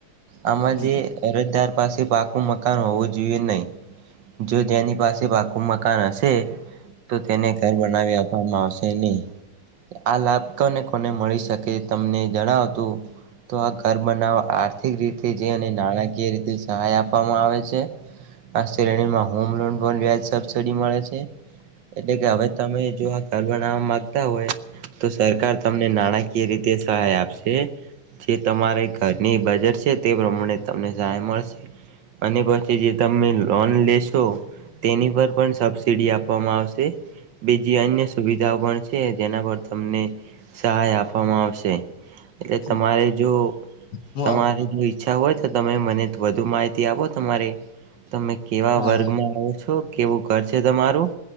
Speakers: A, on the right (about 65°); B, on the left (about 55°).
A: આમાં
B: હમ
A: જે અરજદાર પાસે પાકું મકાન હોવું જોઈએ નહીિ જો જેની પાસે બાકુમત મકાન હશે તો તેને ઘર બનાવી આપવામાં આવશે નહી આ લાભ ને કોને મળી શકે કે તમને જણાવતું તો આ ઘ બનાવ આર્થિક રીતે જે અને નાણાકીય રીતે સહાય આપ આપવામાં આવે છે આક્ષેણી માં હોમલોન ન વ્યાજ સબસડી મળે છે એટલે કે હવે તમે જો આ ઘર બનાવવા માંગતા હોય તો સરકાર તમને નાણાકીય રીતે સહાય આપશે જે તમારે ઘરની બજેટ છે તે પ્રમાણે તમને સહાય મળશે અને પછી જે તમે લોન લે શો તેની પર પણ સબસિડી આપવામાં આવશે બીજી અન્ય સુવિધાઓ પણ છે જેના પર તમને સહાય આપવામાં આવશે એટલે
B: હમ
A: તમારે જો
B: હું
A: તમારે
B: આવ
A: જો ઈચ્છા હોય તો તમે મને વધુ માહિતી આપો તમારે તમે કેવા
B: હા
A: વર્ગમાં
B: હા
A: આવો છો કેવું ઘર છે તમારું